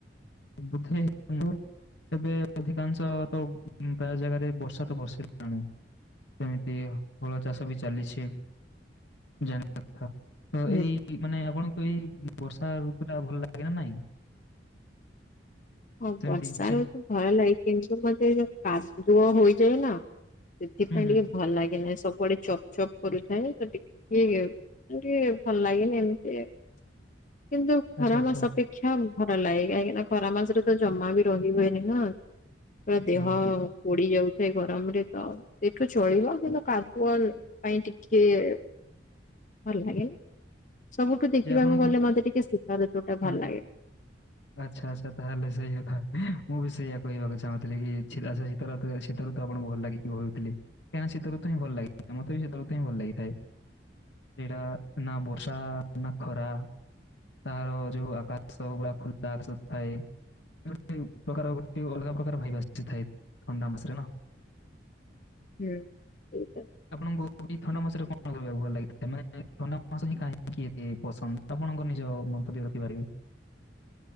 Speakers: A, on the left (about 75°); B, on the left (about 45°).
A: ବୁଧେ <unintelligible> ତେବେ ଅଧିକାଂଶ ତ ପ୍ରାୟ ଜାଗାରେ ବର୍ଷା ତ ବର୍ଷିଲାଣି। ସେମିତି ହଳ ଚାଷ ବି ଚାଲିଛି, ଜେନ୍। ତ
B: ହୁଁ
A: ଏଇ ମାନେ ଆପଣଙ୍କୁ ଏଇ ବର୍ଷା ଋତୁଟା ଭଲ ଲାଗେ ନା ନାଇଁ?
B: ହଁ
A: ସେମିତି
B: ବର୍ଷା
A: କିଛି
B: ଋତୁ ଭଲ ଲାଗେ କିନ୍ତୁ ମତେ ଏଯୋଉ କାଦୁଅ ହୋଇଯାଏ ନା ସେଥିପାଇଁ
A: ହୁଁ ହୁଁ
B: ଟିକେ ଭଲ ଲାଗେନାହିଁ, ସବୁଆଡେ ଚ ପ କରୁଥାଏ ତ ଟିକେ ଟିକେ ଭଲ ଲାଗେନି ଏମିତି। କିନ୍ତୁ
A: ଆଚ୍ଛା
B: ଖରା
A: ଆଚ୍ଛା
B: ମାସ ଅପେକ୍ଷା ଭଲ ଲାଗେ କାହିଁକିନା ଖରା ମାସରେ ତ ଜମା ବି ରହି ହୁଏନି ନା, ପୁରା
A: ହୁଁ
B: ଦେହ
A: ହୁଁ।
B: ପୋଡି ଯାଉଥାଏ ଗରମରେ ତ ଏଠୁ ଚଳିବ, କିନ୍ତୁ କାଦୁଅ ପାଇଁ ଟିକେ ଭଲ ଲାଗେନି। ସବୁଠୁ ଦେଖିବାକୁ
A: ଯେ ଆପଣଙ୍କୁ
B: ଗଲେ ମତେ ଟିକେ ଶୀତ ଋତୁଟା
A: ହଁ
B: ଭଲ ଲାଗେ।
A: ଆଚ୍ଛା ଆଚ୍ଛା ତାହେଲେ ସେଇ କଥା। ମୁଁ ବି ସେଇଆ କହିବାକୁ ଚାହୁଁଥିଲି କି <unintelligible> ତ ଋତୁରେ ଶୀତ ଶୀତ ଆପଣ ଭଲ ଲାଗିଥିବ ଭାବିଥିଲି। କାହିଁକିନା ଶୀତ ଋତୁ ହିଁ ଭଲ ଲାଗେ, ମତ ବି ଶୀତ ଋତୁ ହିଁ ଭଲ ଲାଗିଥାଏ। ସେଇଟା ନା ବର୍ଷା ନା ଖରା ତାହାର ଯୋଉ ଆକାଶ ସବୁ ପା ଖୋଲା ଆକାଶ ଥାଏ। ଗୋଟେ ପ୍ରକାର ଗୋଟେ ଅଲଗା ପ୍ରକାର <unintelligible> ଥାଏ ଥଣ୍ଡା ମାସରେ ନା।
B: ହୁଁ ସେଇଟା। ତ
A: ଆପଣଙ୍କୁ ଏ ଥଣ୍ଡା ମାସରେ କଣ କରିବାକୁ ଭଲ ଲାଗେ? ମାନେ ଥଣ୍ଡା ମାସ ହିଁ କାହିଁକି ଏତେ ପସନ୍ଦ? ଆପଣଙ୍କ ନିଜ ମନ୍ତ ଟି ରଖିପାରିବେ।